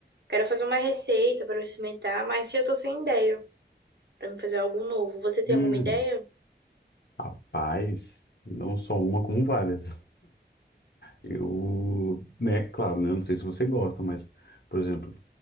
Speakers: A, on the right; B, on the left.
A: quero fazer uma receita pra eu experimentar, mas eu tô sem ideia pra me fazer algo novo. Você tem
B: Hum,
A: alguma ideia?
B: rapaz, não só uma, como várias. Eu, né, claro, né? Não sei se você gosta, mas, por exemplo,